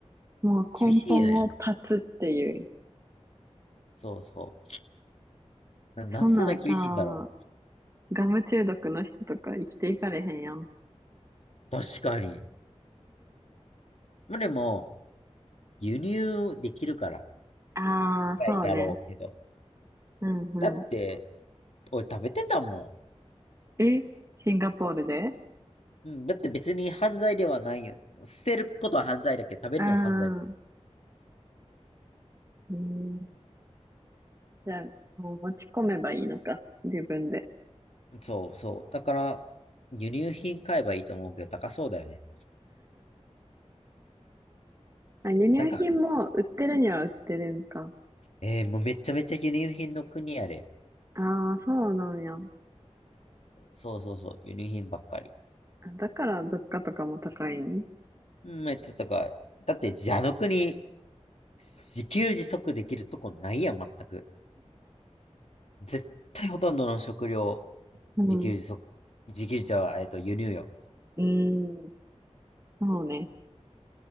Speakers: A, on the right; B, on the left.
A: もう根本を断つっていう。
B: 厳しいね。そうそう。な、なんでそんな厳しいんだろ
A: そんなんさ、ガム中毒の人とか生きていかれへんやん。
B: う。確かに。まあ、でも、輸入できるから、
A: ああ、
B: 高いだろうけど。
A: そうね。うん、
B: だって、
A: うん。
B: 俺食べてたもん。
A: えシンガポールで
B: うん、だって別に犯罪ではないよ。捨てることは犯罪だけど、食べるのは犯罪だ
A: うん。うんじゃあ、もう持ち込めばいいのか。自分で。
B: そうそう。だから、輸入品買えばいいと思うけど、高そうだよね。
A: あ、輸入品も売ってるには売ってるんか。
B: なんか、えー、もうめちゃめちゃ輸入品の国やで。
A: ああ、そうなんや。あ
B: そうそうそう、輸入品ばっかり。
A: だから物価とかも高いん <laughs>
B: めっちゃ高い。だって、あの国、自給自足できるとこないやん、全く。絶対ほとんどの食料、
A: うん。
B: 自給自足、自給自足は、えっと、輸入よ。
A: うーん。そうね。